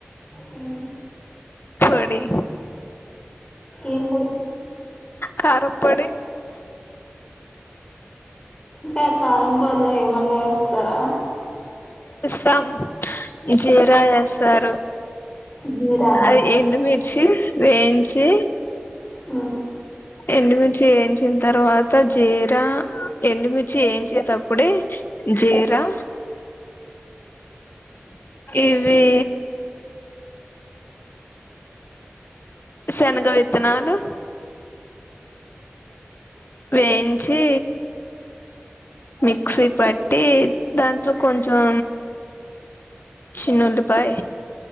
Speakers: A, on the left; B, on the left.
A: మ్మ్
B: పడి
A: ఏం పొడి
B: కారం పొడి
A: అంటే కారంపళ్ళు ఏమన్నా ఇస్తారా
B: తమ్ జీరా వేస్తారు
A: జీరానా
B: అ ఎండు మిర్చి వేయించి
A: ఆ
B: ఎండుమిర్చి ఏంచిన తర్వాత జీర ఎండుమిర్చి వేయించేటప్పుడే జీరా ఇవి శనగ విత్తనాాలు వేయించి మిక్సీ పట్టి దాంట్లో కొంచం చిన్నఉలిపాయ